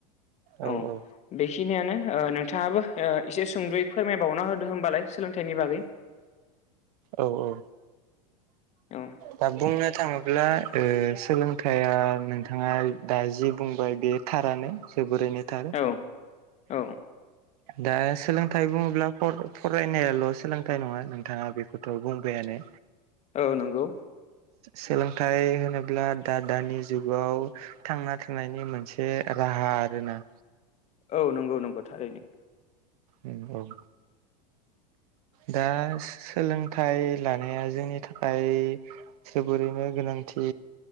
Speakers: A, on the right; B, on the left.
A: औ-औ
B: औ बेखिनियानो ओ नोंथाङाबो एसे सुंदुयै फोरमायबावना होदो होनोमबालाय सोलोंथाइनि बागै।
A: औ-औ
B: औ
A: दा बुंनो थाङोब्ला ओ सोलोंथाइया नोंथाङा दा जि बुंबाय बे थारानो जोबोरैनो थार।
B: औ औ
A: दा सोलोंथाइ बुङोब्ला फद फरायनायाल' सोलोंथाइ नङा नोंथाङा बेखौथ' बुंबायानो।
B: औ नंगौ
A: सोलोंथाइ होनोब्ला दा-दानि जुगाव थांना थानायनि मोनसे राहा आरोना।
B: औ नंगौ-नंगौ थारैनो।
A: उ औ दा सोलोंथाइ लानाया जोंनि थाखाय जोबोरैनो गोनांथि